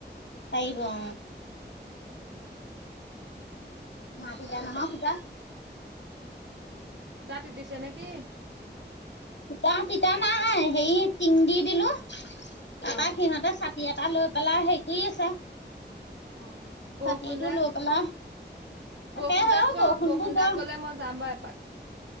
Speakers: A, on the left; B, on the right.
A: পাৰিব অ
B: উম
A: না পিতা নহ পিটা
B: সূতা তিতিছে নেকি?
A: সূতা তিতা নাই হেৰি টিং দি দিলো তাপাক
B: অ
A: সিহঁতে ছাতি এটা লৈ পেলাই হেৰি কৰি আছে।
B: অহ বৰষুণ
A: ছাতিটো
B: যাক
A: লৈ পেলাই তাকে
B: বৰষুণজাক
A: হয়
B: যক
A: বৰষুণবোৰ
B: বৰষুণজাক
A: বৰ
B: গ'লে মই যাম বাৰু এপাক